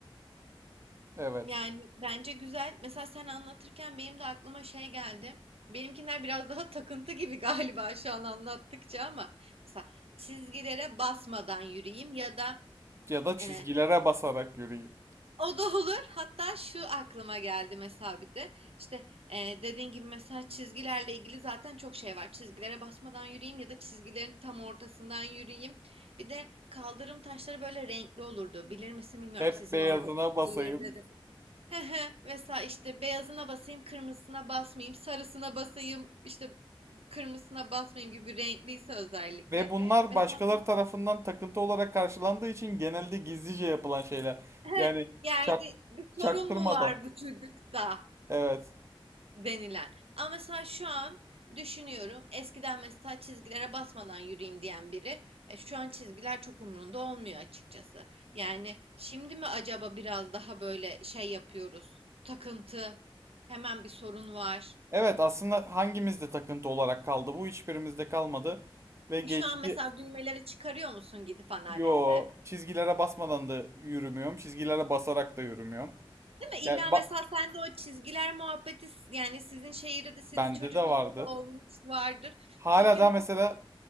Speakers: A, on the right; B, on the right.
A: Evet.
B: Yani bence güzel. Mesela sen anlatırken benim de aklıma şey geldi. Benimkiler biraz daha takıntı gibi <laughs> galiba şu an anlattıkça ama mesela çizgilere basmadan yürüyeyim ya da
A: Ya da çizgilere
B: e,
A: basarak yürüyeyim.
B: O da olur. Hatta şu aklıma geldi mesela bir de. İşte e, dediğin gibi mesela çizgilerle ilgili zaten çok şey var. Çizgilere basmadan yürüyeyim ya da çizgilerin tam ortasından yürüyeyim. Bir de kaldırım taşları böyle renkli olurdu. Bilir misin bilmiyorum
A: Hep
B: sizin
A: beyazına
B: orada
A: basayım.
B: şehirde de. <laughs> Hı hı. Mesela işte beyazına basayım, kırmızısına basmayayım, sarısına basayım, işte kırmızısına basmayayım gibi renkliyse özellikle.
A: Ve bunlar
B: Mesela
A: başkaları tarafından takıntı olarak karşılandığı için genelde gizlice yapılan şeyler.
B: <laughs>
A: Yani
B: yani
A: çak,
B: bir sorun
A: çaktırmadan.
B: mu var bu çocukta?
A: Evet.
B: denilen. Ama mesela şu an düşünüyorum. Eskiden mesela çizgilere basmadan yürüyeyim diyen biri e, şu an çizgiler çok umurunda olmuyor açıkçası. Yani şimdi mi acaba biraz daha böyle şey yapıyoruz? Takıntı, hemen bir sorun var.
A: Evet aslında hangimizde takıntı olarak kaldı? Bu hiçbirimizde kalmadı. Ve geçti.
B: E, Şu an mesela düğmeleri çıkarıyor musun gidip anneannende?
A: Yo, çizgilere basmadan da yürümüyorum. Çizgilere basarak da yürümüyorum.
B: Değil mi?
A: Yani
B: İlla
A: ba-
B: mesela sen de o çizgiler muhabbeti yani sizin şehirde de senin
A: bende
B: çocukluğunda
A: de vardı.
B: da olmuş vardır.
A: Hala
B: Çünkü
A: da mesela